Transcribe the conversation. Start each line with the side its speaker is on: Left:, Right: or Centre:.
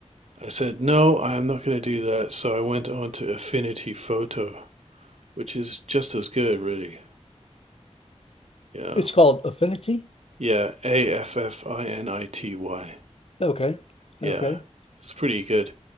Right: I said, no, I'm not going to do that. So I went on to Affinity Photo, which is just as good, really. Yeah.
Left: It's called Affinity.
Right: Yeah. A F F I N I T Y.
Left: Okay.
Right: Yeah.
Left: Okay.
Right: It's pretty good.